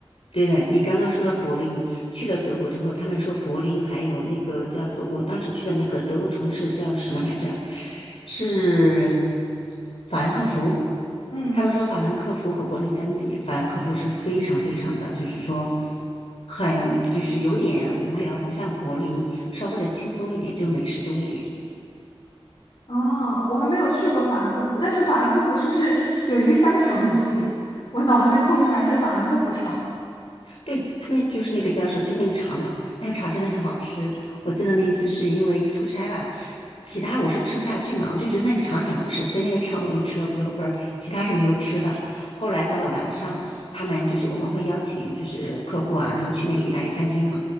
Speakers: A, on the left; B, on the left.
A: 对的，你刚刚说到柏林，去了德国之后，他们说柏林还有那个叫做我当时去的那个德国城市叫什么来着？是法兰克福。
B: 嗯，
A: 他们说法兰克福和柏林相比，法兰克福是非常非常的，就是说很就是有点无聊，不像柏林稍微的轻松一点，就是美食多一点。
B: 哦，我还没有去过法兰克福，但是法兰克福是不是有一个香肠很出名？我脑子里面蹦出来是法兰克福肠。
A: 对，他们就是那个叫什，就是那个肠嘛，那个肠真的很好吃。我记得那一次是因为出差吧，其他我是吃不下去嘛，我就觉得那个肠很好吃，所以那个肠我就吃了五六根儿，其他是没有吃的。后来到了晚上，他们就是我们会邀请就是客户啊，然后去那个意大利餐厅嘛。